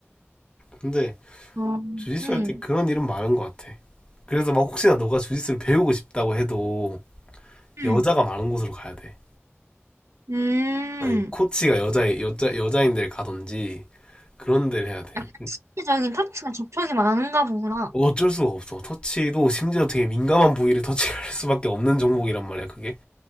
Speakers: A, on the left (about 20°); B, on the right (about 80°).
A: 근데
B: 어,
A: 주짓수
B: 응.
A: 할 때 그런 일은 많은 것 같아. 그래서 막 혹시나 너가 주짓수를 배우고 싶다고 해도
B: 응.
A: 여자가 많은 곳으로 가야 돼.
B: 음,
A: 아니면 코치가 여자 여자 여자인 데를 가든지 그런 데를 해야 돼.
B: 약간 신체적인 터치가 접촉이 많은가 보구나.
A: 어쩔 수가 없어. 터치도 심지어 되게 민감한 부위를 터치할 <laughs> 수밖에 없는 종목이란 말이야. 그게